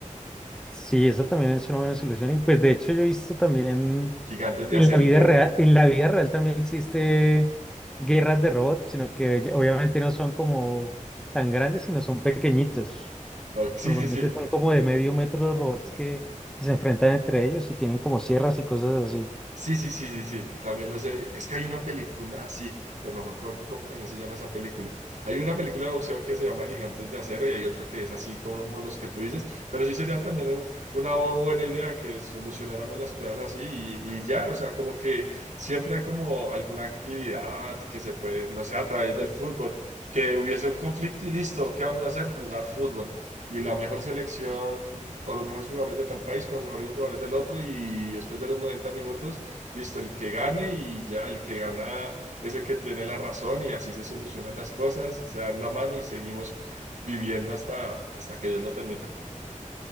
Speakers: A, in the centre; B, on the right.
A: Sí, esa también es una buena solución. Y pues de hecho yo he visto también
B: Gigantes de
A: en
B: acero,
A: la vida
B: creo.
A: real, en la vida real también existe guerras de robots, sino que ya- obviamente no son como tan grandes, sino son pequeñitos.
B: O- sí,
A: Normalmente
B: sí, sí.
A: son como de medio metro los robots que, que se enfrentan entre ellos y tienen como sierras y cosas así.
B: Sí, sí, sí, sí, sí, también lo sé. Es que hay una película así, pero no me acuerdo cómo también se llama esa película. Hay una película de boxeo que se llama Gigantes de Acero y hay otra que es así como los que tú dices, pero sí sería también un- una buena idea que solucionáramos las cosas así y, y ya, o sea, como que siempre hay como alguna actividad que se puede, no sé, a través del fútbol, que hubiese un conflicto y listo, ¿qué vamos a hacer? Jugar fútbol. Y la mejor selección o los mejores jugadores de tal país con los mejores jugadores del otro y después de los 90 minutos listo, el que gane y ya el que gana es el que tiene la razón y así se solucionan las cosas, se dan la mano y seguimos viviendo hasta, hasta que Dios lo permita.